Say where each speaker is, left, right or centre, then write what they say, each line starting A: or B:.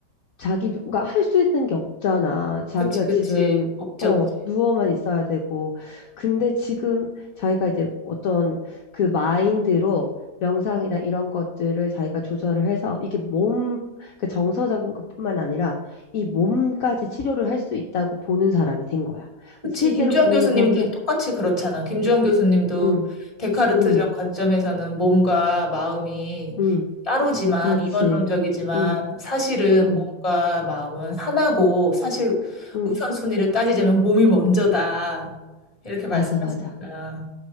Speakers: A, on the left; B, on the left.
A: 자기, 가 할 수 있는 게 없잖아. 자기가
B: 그치, 그치.
A: 지금,
B: 없지,
A: 어,
B: 없지.
A: 누워만 있어야 되고. 근데 지금 자기가 이제 어떤 그 마인드로 명상이나 이런 것들을 자기가 조절을 해서 이게 몸, 그 정서적인 것뿐만 아니라 이 몸까지 치료를 할 수 있다고 보는 사람이 된 거야.
B: 그치.
A: 실제로
B: 김주환
A: 본인이
B: 교수님도
A: 그렇게,
B: 똑같이 그렇잖아. 김주환 교수님도
A: 응,
B: 데카르트적
A: 응,
B: 관점에서는 몸과 마음이
A: 응,
B: 따로지만,
A: 그렇지.
B: 이원론적이지만,
A: 응,
B: 사실은
A: 응,
B: 몸과 마음은 하나고, 사실
A: 응.
B: 우선순위를 따지자면 몸이 먼저다. 이렇게 말씀하시니까.
A: 맞아, 맞아.